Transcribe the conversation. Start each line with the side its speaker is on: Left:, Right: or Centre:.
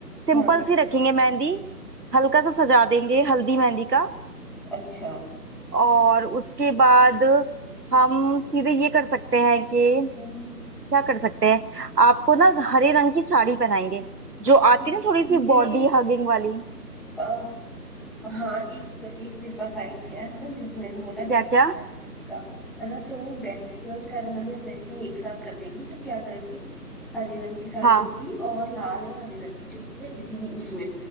Right: सिंपल
Centre: हाँ
Right: सी रखेंगे मेहंदी हल्का सा सजा देंगे हल्दी मेहंदी का
Centre: अच्छा
Right: और उसके बाद हम सीधे ये कर सकते हैं कि
Centre: अम,
Right: क्या कर सकते हैं आपको ना हरे रंग की साड़ी पहनाएंगे जो आती
Centre: इसमें
Right: है ना थोड़ी सी बॉडी हगिंग वाली
Centre: अ, हाँ एक एक मेरे पास आइडिया है है ना जैसे मैंने बोला बैंगल
Right: क्या क्या
Centre: सेरेमनी का है ना तो बैंगल सेरेमनी और मेहंदी एक साथ कर देंगे तो क्या करेंगे हरे रंग की साड़ी
Right: हाँ
Centre: होगी और लाल और हरे रंग की चुन्नी इसी उसमें